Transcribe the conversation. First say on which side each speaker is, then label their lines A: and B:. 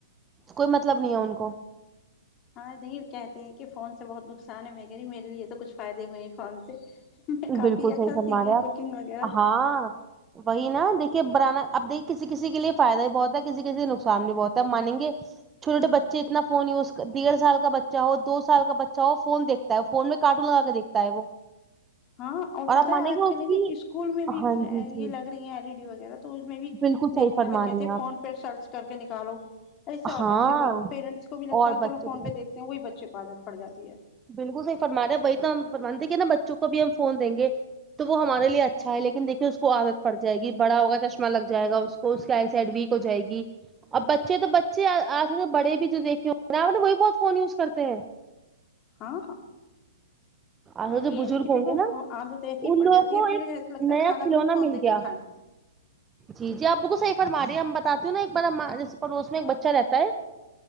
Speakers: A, on the right; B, on the left.
A: کوئی مطلب نہیں ہے ان کو
B: ہاں نہیں کہتے ہیں کہ فون سے بہت نقصان ہے میں کہی میرے لیے تو کچھ فائدے ہوئے ہیں فون سے میں
A: بالکل
B: کافی اچھا
A: صحیح فرما
B: سیکھ
A: رہے
B: گیئی
A: ہیں
B: کوکنگ وغیرہ
A: آپ ہاں وہی نا دیکھیے بنانا اب دیکے کسی کسی کے لیے فائدہ بھی بہتتا ہے کسی کسی نقصان بھی بہتتا ہے مانیں گے چھوٹے بچے اتنا فون یوز ڈیڑھ سال کا بچ ہو ہے دو سال کا بچہ ہو فون دیکھ تا ہے فون میں کارٹون لگا کے دیکتا ہے وہ
B: ہاں اور پتہ
A: آپ
B: ہے
A: مانیں
B: آج
A: گے
B: کل
A: اس کی
B: یے اسکول میں بھی
A: ہاں
B: یے
A: جی جی
B: لگ رہی ہیں ایل ای ڈی وغیرہ تو اس میں بھی
A: بالکل صحیح
B: دیکھتے
A: فرما
B: ہیں تو کہتے
A: رہی
B: ہیں
A: آپ
B: فون پے سرچ کر کے نکالو اس سے
A: ہاں
B: اور بچے کو پیرنٹس کو بھی لگتا
A: اور
B: ہے چلو
A: بچے
B: فون
A: بھی
B: پے دیکتے ہیں وہی بچے کو عادت پڑ جاتی ہے
A: بالکل صح فرما ہے وہی تو ہم فرمان دے گے نا بچوں کو بھی ہم فون دیں گے تو وہ ہمارے اچھا ہے لیکن دیکھیے اس کو عادت پڑ جائے گی بڑا ہوگا چشمہ لگ جائے گا اس کو تو اس کی آئیسائڈ ویک ہو جائے گی اب بچے تو بچے آج کل بڑے بھی جو دیکھے ہو آپ نے وہی بہت فون یوز کرتے ہیں
B: ہاں
A: آج کل
B: اب
A: جو
B: یے ہے
A: بزرگ
B: نا کی
A: ہوں
B: دیکو
A: گے
B: عادت ایسی ہی
A: ان
B: پڑ
A: لوگوں
B: جاتی
A: کو
B: ہے پھر
A: ایک
B: ایسا لگتا ہے
A: نیا
B: کھانا
A: کھلونا
B: بھی ہم فون
A: مل
B: دیکھ
A: گیا
B: کے کھائیں
A: جی جی آپ بالکل صحی فرمار رہی ہیں ہم بتاتی ہوں نا ایک بار ہم جیسے پڑوس میں ایک بچہ رہتا ہے